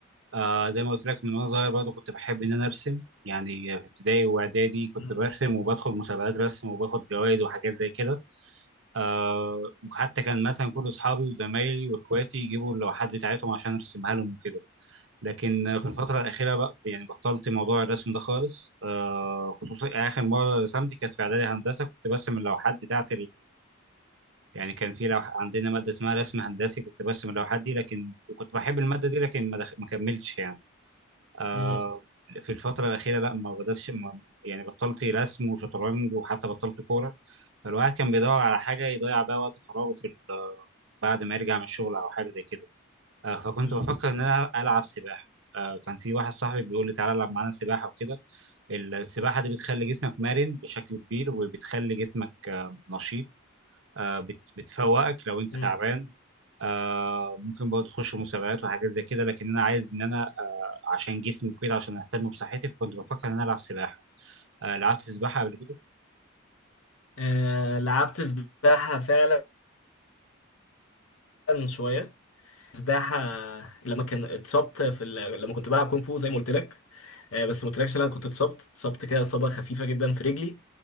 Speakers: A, on the right; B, on the left.
A: آه زي ما قلت لك من وأنا صغير برضه كنت بحب إن أنا أرسم يعني في ابتدائي وإعدادي كنت
B: مم.
A: برسم وبدخل مسابقات رسم وباخد جوائز وحاجات زي كده آه وحتى كان مثلا كل أصحابي وزمايلي وإخواتي يجيبوا اللوحات بتاعتهم عشان أرسمها لهم وكده لكن آه، في الفترة الأخيرة بقى يعني بطلت موضوع الرسم ده خالص آه خصوصا آخر مرة رسمت كانت في إعدادي هندسة كنت برسم اللوحات بتاعة يعني كان في لوح... عندنا ماده اسمها رسم هندسي كنت برسم اللوحات دي لكن وكنت بحب الماده دي لكن ما, دخ... ما كملتش يعني آه...
B: مم.
A: في الفتره الاخيره لا ما بداتش ما... يعني بطلت رسم وشطرنج وحتى بطلت كوره فالواحد كان بيدور على حاجه يضيع بيها وقت فراغه في ال... بعد ما يرجع من الشغل او حاجه زي كده آه... فكنت
B: آه.
A: بفكر ان انا العب سباحه آه... كان في واحد صاحبي بيقول لي تعالى العب معانا سباحه وكده السباحه دي بتخلي جسمك مرن بشكل كبير وبتخلي جسمك آه... نشيط آه، بت- بتفوقك لو انت
B: مم.
A: تعبان آه، ممكن برضه تخش مسابقات وحاجات زي كده لكن انا عايز ان انا آه، عشان جسمي وكده عشان اهتم بصحتي فكنت بفكر ان انا العب سباحه آه، لعبت سباحه قبل كده
B: آه لعبت سباحة فعلا شوية سباحة لما كان اتصبت في ال... لما كنت بلعب كونغ فو زي ما قلت لك آه، بس ما قلتلكش إن انا كنت اتصبت اتصبت كده اصابة خفيفة جدا في رجلي